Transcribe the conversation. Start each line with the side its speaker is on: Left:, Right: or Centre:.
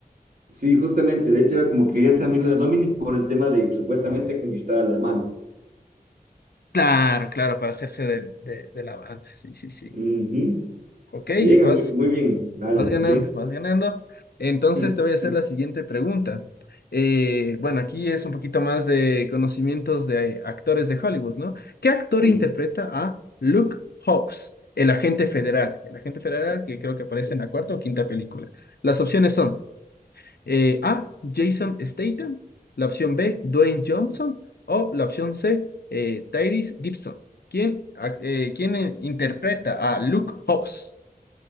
Right: Sí, justamente. De hecho, era como quería ser amigo de Dominic por el tema de supuestamente conquistar al hermano.
Left: Claro, claro, para hacerse de, de- de la banda, sí, sí, sí.
Right: Ujú.
Left: Ok,
Right: Bien,
Left: vas.
Right: amigo, muy bien. Dale,
Left: Vas
Right: siguiente.
Left: ganando, vas ganando. Entonces
Right: <laughs>
Left: te voy a hacer la siguiente pregunta. Eh, bueno, aquí es un poquito más de conocimientos de actores de Hollywood, ¿no? ¿Qué actor
Right: Y-
Left: interpreta a Luke Hobbs, el agente federal? El agente federal que creo que aparece en la cuarta o quinta película. Las opciones son eh, A, Jason Statham, la opción B, Dwayne Johnson o la opción C, eh, Tyrese Gibson. ¿Quién, ac- eh, quién eh, interpreta a Luke Hobbs?